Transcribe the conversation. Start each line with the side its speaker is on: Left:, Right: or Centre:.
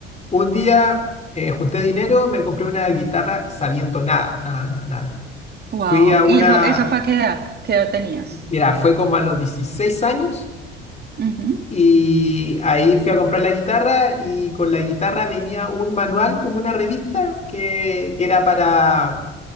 Left: un día eh, junté dinero, me compré una guitarra sabiendo nada, nada, nada, nada.
Right: Wow.
Left: Fui a una,
Right: ¿Y eso, eso fue a qué edad? ¿Qué edad tenías?
Left: mira, fue como a los 16 años
Right: Ujú,
Left: y ahí fui a comprar la guitarra y con la guitarra venía un manual como una revista que, que era para,